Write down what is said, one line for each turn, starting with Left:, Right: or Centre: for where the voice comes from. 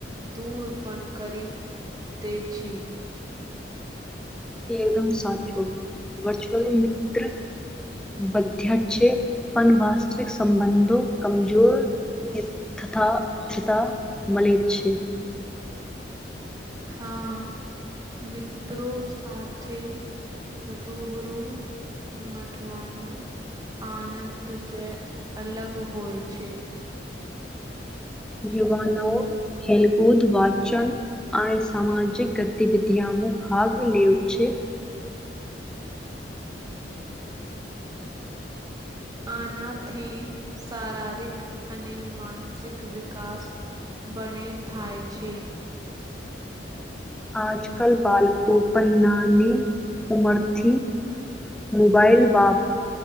Right: દૂર પણ કરી દે છી.
Centre: એ એકદમ સાચું વર્ચ્યુઅલી મિત્ર વધ્યા જ છે પણ વાસ્તવિક સંબંધો કમજોર ય થતા તથા મલેે છેે.
Right: હા મિત્રો સાથે રૂબરૂ મઠવાનું આનંદ જે અલગ હોય છે.
Centre: <unintelligible> ખેલ ખુદ વાચન અને સામાજિક ગતિવિધિમાં ભાગ લેવ છે.
Right: આનાથી શારીરિક અને માનસિક વિકાસ ભણે થાય છે.
Centre: આજ કલ બાળકો પન નાની ઉમરથી મોબાઈલ વાપ